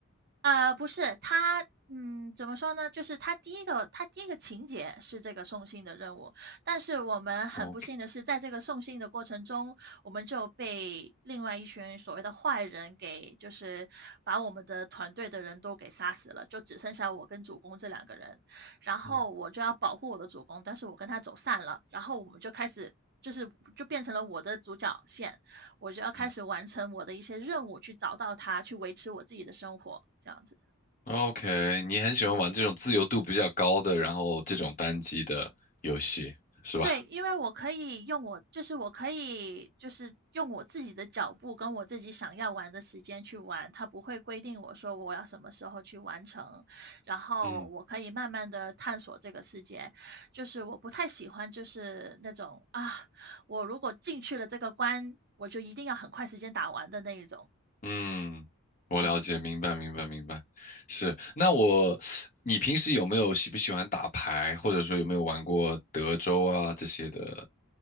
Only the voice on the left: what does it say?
哦？OK，
嗯
嗯
，OK，你很喜欢玩这种自由度比较高的，然后这种单机的游戏是吧？
<laughs> 嗯
嗯，我了解，
明白明白明白，是。那我，你平时有没有喜不喜欢打牌，或者说有没有玩过德州啊这些的